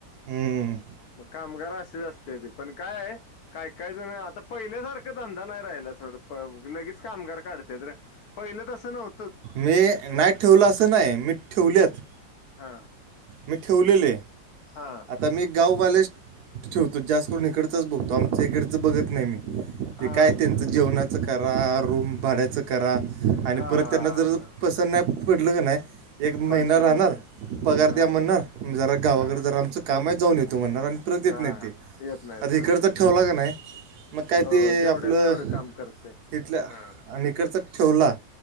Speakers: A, on the right; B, on the left.
A: हम्म.
B: मग कामगार असे जास्त येते पण काय काय काय जण आता पहिल्यासार धंदा नाही राहिला सोड पव लगेच कामगार काढत्यात ते पहिलं तसं नव्ह
A: मी नाही ठेवलं असं नाही मी ठेवलेत
B: हा.
A: मी ठेवलेले.
B: हा
A: आता मी गाववालेच ठेवतो जास्त करून इकडचाच बघतो आमच इकडचं बघत नाही मी. ते
B: हा
A: काय त्यांचं जेवणाचं करा रूम भाड्याचं करा आणि
B: हा हा
A: परत त्यांना जर पसंत नाही पडलं क नाही एक महिना
B: होलसेल
A: राहणार
B: मध्ये
A: पगार
B: हा
A: द्या म्हणणार जरा गावाकडे
B: हा
A: जरा आमचं काम आहे जाऊन येतो म्हणणार आणि परत येत
B: हा
A: नाही ते
B: येत नाहीत
A: आता
B: हा
A: इकडचं ठेवला का नाही? मग काय
B: हो
A: ते
B: जेवढ्याच
A: आपलं
B: तेवढं काम करतय
A: इथल्या
B: हा
A: आणि खर्च ठेवला